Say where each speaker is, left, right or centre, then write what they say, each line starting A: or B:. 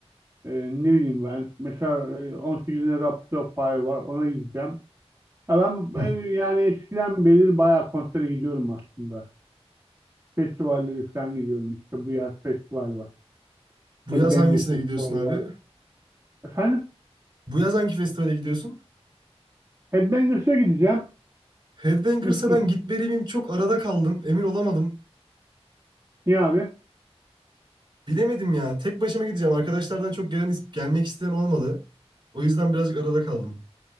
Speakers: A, on the right; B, on the right.
A: e, ne bileyim ben. Mesela e, 18'inde Rhapsody of Fire var. Ona gideceğim. Ya ben ben
B: hı.
A: yani eskiden beri bayağı konsere gidiyorum aslında. Festivalleri falan gidiyorum. İşte bu yaz festival var.
B: Bu
A: Headbangers
B: yaz hangisine
A: Festival
B: gidiyorsun abi?
A: var. Efendim
B: Bu yaz hangi festivale gidiyorsun?
A: Headbangers'a gideceğim.
B: Headbangers'a
A: Üç gün.
B: ben gitmeli miyim çok arada kaldım. Emin olamadım.
A: Niye abi?
B: Bilemedim ya. Tek başıma gideceğim. Arkadaşlardan çok gelen gelmek isteyen olmadı. O yüzden birazcık arada kaldım.